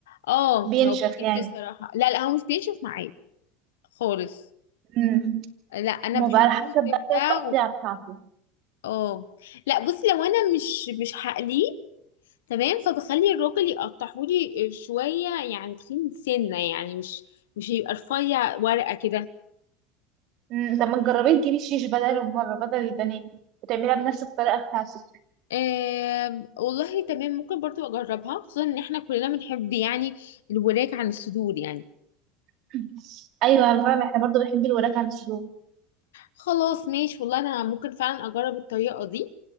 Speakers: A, on the left (about 80°); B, on the right (about 55°).
A: اه
B: بينشف
A: ما هو بيكش
B: يعني
A: الصراحة لا لا هو مش بينشف معايا خالص
B: مم.
A: لا انا
B: ما
A: بحط
B: بقى على حسب
A: له الزبدة
B: بقى التقطيع
A: و...
B: بتاعته
A: اه لا بصي لو انا مش مش هقليه تمام فبخلي الراجل يقطعهولي شوية يعني تخين سنة يعني مش مش يبقى رفيع ورقة كده
B: مم، طب ما تجربي تجيبي شيش بدل بره بدل البانيه وتعملها بنفس الطريقة بتاعتك
A: آه والله تمام ممكن برضو اجربها خصوصا ان احنا كلنا بنحب يعني الوراك عن الصدور يعني
B: <laughs> أيوة أنا فاهمة احنا برضه بنحب الوراك عن الشروب
A: خلاص ماشي والله انا ممكن فعلا اجرب الطريقة دي